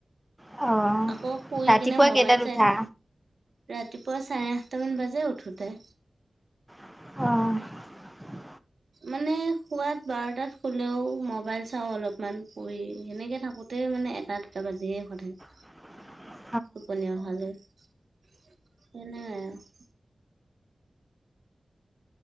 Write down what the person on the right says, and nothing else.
আকৌ শুই
কিনে মোবাইল
চাই
ৰাতিপুৱা চাৰে আঠটামান বাজে উঠোতে।
মানে সোৱাত বাৰটাত শুলেও মবাইল চাও অলপমান শুই সেনেকে থাকো তেই মানে এটা দুটা বাজিয়ে সদাই।
টোপনী অহালৈ <unintelligible>